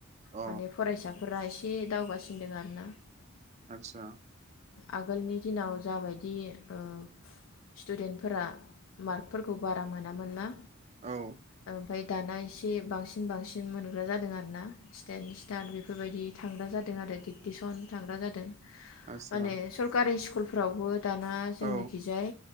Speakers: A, on the right (about 30°); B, on the left (about 70°).
A: अ
B: माने फरायसाफोरा एसे एसे दावगासिनदों आरो ना
A: आतसा
B: आगोलनि दिनाव जाबायदि ओ स्टुडेन्टफोरा मार्कफोरखौ बारा मोनामोन ना
A: औ
B: ओ ओमफाय दाना एसे बांसिन बांसिन मोनग्रा जादों आरो ना स्टेेन स्टार बेफोरबायदि थांग्रा जादों आरो दिक्टिसन थांग्रा जादों माने
A: आदसा
B: सकारि सिकुल फ्रावबो दाना जोंनिखिजाय
A: औ